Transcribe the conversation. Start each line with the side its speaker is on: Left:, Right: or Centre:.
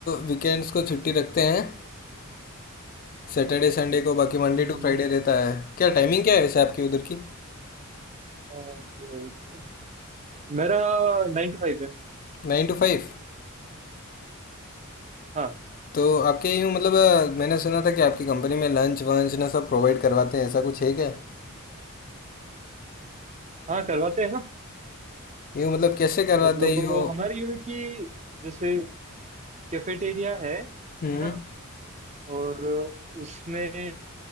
Left: वीकेंड्स को छुट्टी रखते हैं सैटरडे संडे को बाकी मंडे
Right: हम्म
Left: टू फ्राइडे रहता है क्या टाइमिंग क्या है वैसे आपकी उधर की
Right: Okay okay मेरा नाइन टू फाइव है
Left: नाइन टू फाइव
Right: हाँ
Left: तो आपके यूँ मतलब अ, मैंने सुना था कि आपकी कंपनी में लंच वंच ना सब प्रोवाइड करवाते हैं ऐसा कुछ है क्या
Right: हाँ करवाते हैं ना
Left: यूँ मतलब कैसे करवाते
Right: मतलब
Left: हैं यूँ
Right: हमारी यूं है कि जैसे कैफेटेरिया है है
Left: हम्म
Right: ना और उसमें